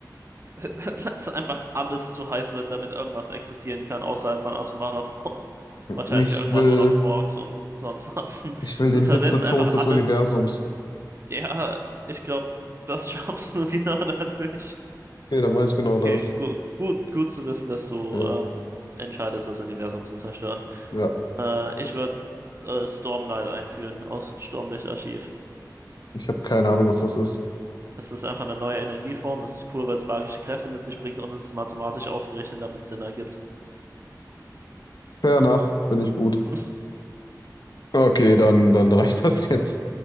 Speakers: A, on the right; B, on the left.
A: <laughs> dass einfach alles zu heiß wird, damit irgendwas existieren kann außerhalb von atomarer Form. <laughs> Wahrscheinlich
B: Ich
A: irgendwann
B: will.
A: nur noch Quarks und sonst was.
B: Ich will den
A: Du zersetzt
B: Hitzetod
A: einfach
B: des
A: alles
B: Universums.
A: Ja, ich glaube, das schaffst du <laughs> genau dadurch.
B: Okay, dann mache ich genau
A: Okay,
B: das.
A: gu gut, gut zu wissen, dass du
B: Ja,
A: ähm, entscheidest, das Universum zu zerstören.
B: ja.
A: Äh, ich würde äh, Stormlight einführen aus Sturmlichtarchiv.
B: Ich habe keine Ahnung, was das ist.
A: Es ist einfach eine neue Energieform. Es ist cool, weil es magische Kräfte mit sich bringt und es ist mathematisch ausgerechnet, damit es Sinn ergibt.
B: Fair enough, bin ich gut.
A: <laughs>
B: Okay, dann, dann reicht das jetzt.